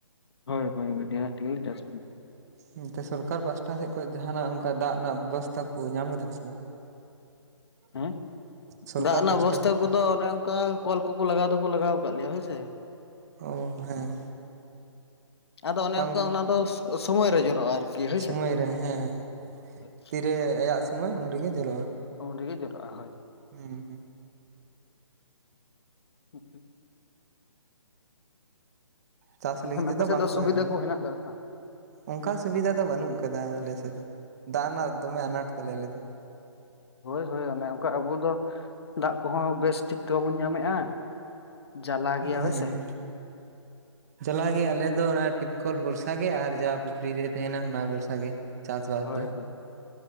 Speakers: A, on the left; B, on the right.
A: ᱦᱳᱭ ᱦᱳᱭ ᱜᱟᱹᱰᱤᱟᱹ ᱨᱮᱱᱟᱜ ᱛᱮᱜᱮᱞᱤᱧ ᱪᱟᱥ᱾
B: ᱦᱩᱸᱛᱚ ᱥᱚᱨᱠᱟᱨ ᱯᱟᱥᱴᱟ ᱥᱮᱫ ᱠᱷᱚᱱ ᱡᱟᱦᱟᱱᱟᱜ ᱚᱝᱠᱟ ᱫᱟᱜ ᱨᱮᱱᱟᱜ ᱵᱮᱵᱚᱥᱛᱷᱟ ᱠᱚ ᱧᱟᱢ ᱠᱮᱫᱟ ᱯᱮ ᱥᱮ ᱵᱟᱝ? <inaudible>
A: ᱦᱮᱸ
B: ᱥᱚᱨᱠᱟᱨ
A: ᱫᱟᱜ ᱨᱮᱱᱟᱜ
B: ᱯᱟᱥᱴᱟ
A: ᱵᱮᱵᱚᱥᱛᱷᱟ
B: ᱥᱮᱫ
A: ᱠᱚᱫᱚ ᱚᱱᱮ ᱚᱱᱠᱟ ᱠᱚᱞ ᱠᱚᱠᱚ ᱞᱟᱜᱟᱣ ᱫᱚᱠᱚ ᱞᱟᱜᱟᱣ ᱠᱟᱫ ᱞᱮᱭᱟ ᱦᱳᱭ ᱥᱮ᱾
B: ᱚ ᱦᱮᱸ
A: ᱟᱫᱚ, ᱚᱱᱮ
B: ᱵᱟᱝ
A: ᱚᱱᱠᱟ ᱚᱱᱟ ᱫᱚ, ᱥᱚ, ᱥᱚᱢᱚᱭ ᱨᱮ ᱡᱚᱨᱚᱜᱼᱟ ᱟᱨᱠᱤ, ᱦᱚᱼᱼ
B: ᱥᱳᱚᱢᱚᱭ ᱨᱮ, ᱦᱮᱸ
A: <unintelligible>
B: ᱛᱤᱨᱮ ᱟᱭᱟᱜ ᱥᱚᱢᱚᱭ, ᱩᱱ ᱨᱮᱜᱮ ᱠᱚᱨᱚᱜᱼᱟ᱾
A: ᱩᱸᱱ ᱨᱮᱜᱮ ᱡᱚᱨᱚᱜᱼᱟ, ᱦᱳᱭ
B: ᱦᱩᱸ ᱦᱩᱸ
A: <inaudible>
B: ᱪᱟᱥ
A: ᱮᱱᱠᱷᱟᱱ
B: ᱞᱟᱹᱜᱤᱫ ᱛᱮᱫᱚ,
A: ᱟᱯᱮ ᱥᱮᱫ
B: ᱵᱟᱝᱠᱚ
A: ᱫᱚ ᱥᱩᱵᱤᱫᱷᱟ
B: ᱮᱢ ᱠᱟᱱᱟ,
A: ᱠᱚ ᱦᱮᱱᱟᱜ ᱟᱠᱟᱫᱟ
B: ᱚᱱᱠᱟ ᱥᱩᱵᱷᱤᱫᱟ ᱫᱚ ᱵᱟᱹᱱᱩᱜ ᱠᱟᱫᱟ, ᱟᱞᱮ ᱥᱮᱫ ᱫᱚ ᱫᱟᱜ ᱨᱮᱱᱟᱜ ᱫᱚᱢᱮ, ᱟᱱᱟᱴ ᱛᱟᱞᱮ ᱟᱞᱮ ᱫᱚ᱾
A: ᱦᱳᱭᱼᱦᱳᱭ ᱚᱱᱮ ᱚᱱᱠᱟ, ᱟᱵᱚ ᱫᱚ, ᱫᱟᱜ ᱠᱚᱦᱚᱸ ᱵᱮᱥ ᱴᱷᱤᱠ ᱛᱮ ᱵᱟᱵᱚᱱ ᱧᱟᱢ ᱮᱜᱼᱟ᱾ ᱡᱟᱞᱟ ᱜᱮᱭᱟ,
B: ᱦᱮᱸ
A: ᱦᱳᱭ ᱥᱮ᱾
B: ᱡᱟᱞᱟ ᱜᱮᱭᱟ ᱟᱞᱮᱫᱚ, ᱚᱱᱟ ᱴᱤᱯ ᱠᱚᱞ ᱵᱷᱚᱨᱥᱟᱮ, ᱟᱨ ᱡᱟ ᱯᱩᱠᱷᱨᱤ ᱨᱮ ᱛᱟᱸᱦᱮᱱᱟ, ᱚᱱᱟ ᱵᱷᱚᱨᱥᱟ ᱜᱮᱼᱼ ᱪᱟᱥ ᱵᱟᱥ
A: ᱦᱳᱭ
B: ᱫᱚ,
A: ᱦᱳᱭ